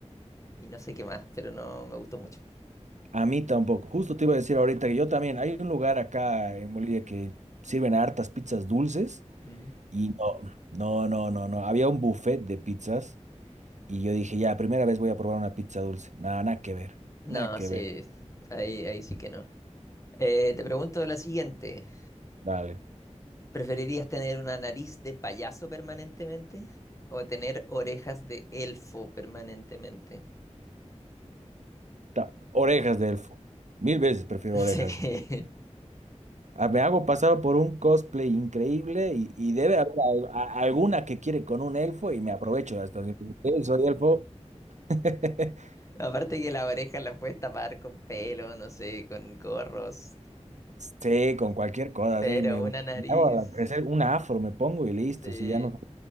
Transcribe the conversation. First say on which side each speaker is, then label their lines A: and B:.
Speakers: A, on the left (about 25°); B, on the right (about 80°).
A: y no sé qué más, pero no me gustó mucho.
B: A mí tampoco. Justo te iba a decir ahorita que yo también. Hay un lugar acá en Bolivia que sirven hartas pizzas dulces
A: Mm.
B: y no, no, no, no, no. Había un buffet de pizzas y yo dije, ya, primera vez voy a probar una pizza dulce. Nada, nada que ver.
A: No,
B: Nada que
A: sí,
B: ver.
A: ahí, ahí sí que no. Eh, te pregunto la siguiente,
B: Dale.
A: ¿preferirías tener una nariz de payaso permanentemente o tener orejas de elfo permanentemente?
B: Ta- orejas de elfo. Mil veces prefiero
A: <laughs>
B: orejas.
A: Sí.
B: Ah, Me hago pasar por un cosplay increíble y, y debe haber al- a- alguna que quiere con un elfo y me aprovecho de esto. "Sí, soy elfo. <laughs>
A: Aparte que la oreja la puedes tapar con pelo, no sé, con gorros,
B: Sí, con cualquier cosa,
A: pero
B: sí. Me,
A: una
B: me
A: nariz,
B: hago a crecer un afro, me pongo y listo.
A: sí.
B: Si ya no.